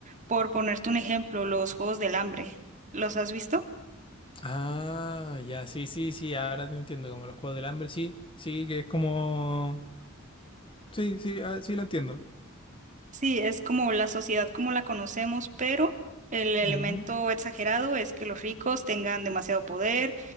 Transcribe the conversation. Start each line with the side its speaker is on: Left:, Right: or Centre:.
Right: Por ponerte un ejemplo, los Juegos del Hambre, ¿los has visto?
Left: Ah, ya, sí, sí, sí, ahora te entiendo, como los Juegos del Hambre, sí, Sí, que es como... Sí, sí, ah, sí, lo entiendo.
Right: Sí, es como la sociedad como la conocemos, pero el elemento
Left: Ujú,
Right: exagerado es que los ricos tengan demasiado poder,